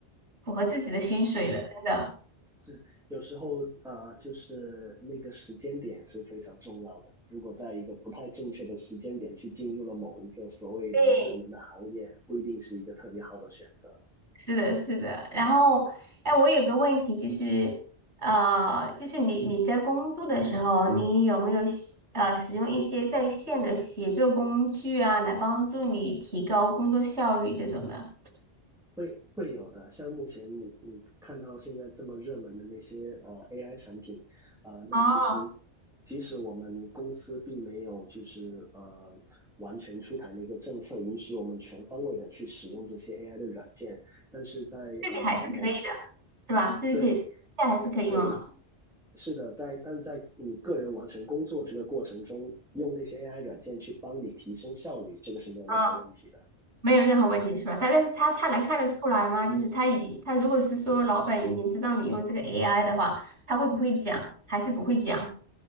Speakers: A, on the right (about 85°); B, in the centre.
A: 符合自己的薪水的，
B: 是。
A: 真的。
B: 是，有时候啊、呃就是那个时间点是非常重要的。如果在一个不太正确的时间点去进入了某一个所谓的热门的行业，
A: 对，
B: 不一定是一个特别好的选择。
A: 是的，是的。然后，哎，我有个问题就是，呃，就是你你在工作的时候，你有没有使呃使用一些在线的协作工具啊，来帮助你提高工作效率这种的？
B: 会会有的，像目前你你看到现在这么热门的那些呃 AI 产品，啊、呃那其实
A: 哦，
B: 即使我们公司并没有就是呃完全出台那个政策，允许我们全方位的去使用这些 AI 的软件，但是在呃某
A: 这己还是可以的，对吧？这是可以，
B: 对。
A: 现在还是可以用的。
B: 对，是的，在但在你个人完成工作这个过程中，用那些 AI 软件去帮你提升效率，这个是没有任何问题的。
A: 啊，没有任何问题是吧？但但是他他能看得出来吗？就是他已他如果是说老板已经知道你用这个 AI 的话，他会不会讲？还是不会讲？